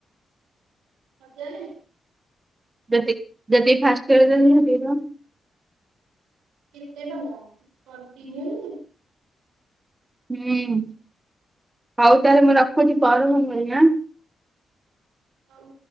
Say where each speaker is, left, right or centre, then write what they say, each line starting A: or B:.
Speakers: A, on the right; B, on the right.
A: ହଜାରେ।
B: <unintelligible>
A: କେତେ ଟଙ୍କା କଣ୍ଟିନ୍ୟ ନଲେ?
B: ହୁଁ ହଉ ତାହେଲେ ମୁଁ ରଖୁଛି ପରମ
A: ହଜାରେ?
B: ମଣିଆ।
A: ହଉ।